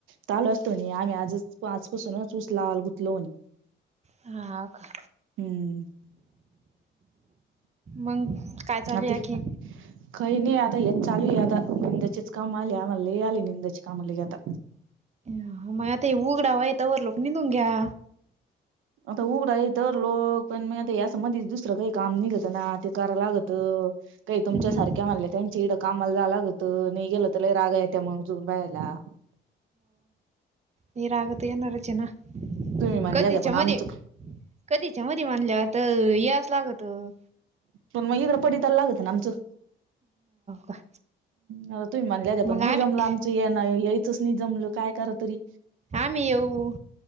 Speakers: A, on the right (about 85°); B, on the right (about 35°).
A: त आलो असतो म्हने आम्ही आजच आजपासूनच ऊस लावाला गुतलो म्हने.
B: हाव का?
A: हम्म.
B: मग काय चालूया
A: आता
B: खी?
A: काही नाही आता हेच चालू हाय, आता यंदाचेच काम आले आम्हाला लय आले यंदाचे काम लय आता.
B: अं, मग आता उघडावा आहे, तोवर लोक नि <unintelligible> घ्या.
A: आता उघडा ये तर लोक पण मी आता हे अस मधीच दुस दुसर काही काम निघतना ते करा लागत, काही
B: हम्म.
A: तुमच्या सारख्या म्हणल्या त्यांच्या इड कामाला जा लागत नई गेलं तर लई रागा यात्या मगजून बायला
B: ये रागत येणारच येना
A: तुम्ही म्हणल्या
B: कधीच्या
A: होत्या पण
B: मध्ये.
A: आमचं
B: कधी जेव्हा तेव्हा आणल्या तर हे असं लागतं.
A: पण मग, इंकड पडितायला लागतय आमच्यात
B: का
A: हा, तुम्ही म्हणल्या
B: मग
A: पण, नाही
B: आम्ही
A: जमला आमच्या तो येना यायचच नाही जमलं, काय करा तरी.
B: आम्ही येऊ.